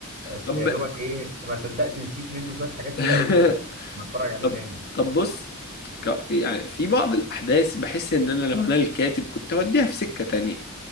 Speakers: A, on the right (about 40°); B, on the left (about 45°).
A: بس
B: طب
A: يا دوبك ايه ما صدقت نسيت منه شويه حاجات
B: <laughs>
A: كده قلت بقى هتفرج عليه
B: طب
A: تاني
B: طب بص ك... يعني في بعض الاحداث بحس ان انا لو انا الكاتب كنت اوديها في سكة تانية